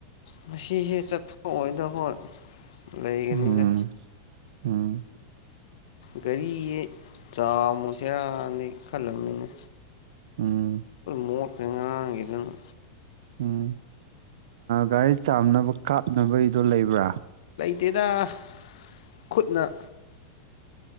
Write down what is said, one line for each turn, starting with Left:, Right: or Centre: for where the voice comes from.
Left: ꯉꯁꯤꯁꯦ ꯆꯠꯊꯣꯛꯑꯣꯏꯗ ꯍꯣꯏ ꯂꯩꯒꯅꯤꯗ
Right: ꯎꯝ ꯎꯝ
Left: ꯒꯥꯔꯤ ꯆꯥꯃꯨꯁꯤꯔꯥꯅꯦ ꯈꯜꯂꯝꯕꯅꯤꯅꯦ
Right: ꯎꯝ
Left: ꯃꯣꯠꯉꯥꯡ ꯏꯗꯅ
Right: ꯎꯝ ꯒꯥꯔꯤ ꯆꯥꯝꯅꯕ ꯀꯥꯞꯅꯕꯒꯤꯗꯣ ꯂꯩꯕ꯭ꯔꯥ
Left: ꯗꯦꯗ ꯈꯨꯠꯅ